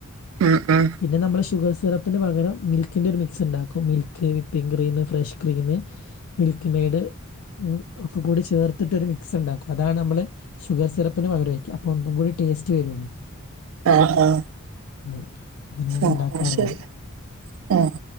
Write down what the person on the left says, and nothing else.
പിന്നെ നമ്മള് ഷുഗർ സിറപ്പിന് പകരം മിൽക്കിൻ്റെ ഒരു മിക്സ് ഉണ്ടാക്കും, milk, whipping cream, fresh cream Milkmaid ഒക്കെ കൂടി ചേർത്തിട്ടൊരു മി മിക്സ് ഉണ്ടാക്കും അതാണ് നമ്മള് ഷുഗർ സിറപ്പിന് പകരൊഴിക്കുക, അപ്പൊ ഒന്നും കൂടി ടേസ്റ്റ് വരുള്ളൂ
ഉം അങ്ങനെയാണ്
ഉണ്ടാക്കാറുള്ളത്